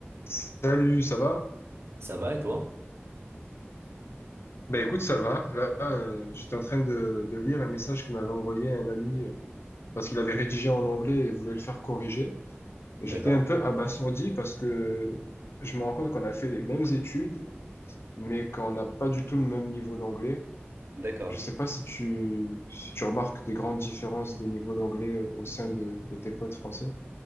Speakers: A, on the left (about 70°); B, on the right (about 65°).
A: Salut, ça va?
B: Ça va et toi?
A: Ben écoute, ça va. Là, euh, j'étais en train de, de lire un message que m'avait envoyé un ami euh, parce qu'il avait rédigé en anglais et voulait le faire corriger. J'étais
B: D'accord.
A: un peu abasourdi parce que je me rends compte qu'on a fait les mêmes études, mais qu'on n'a pas du tout le même niveau d'anglais.
B: D'accord.
A: Je sais pas si tu, si tu remarques des grandes différences de niveau d'anglais euh, au sein de, de tes potes français.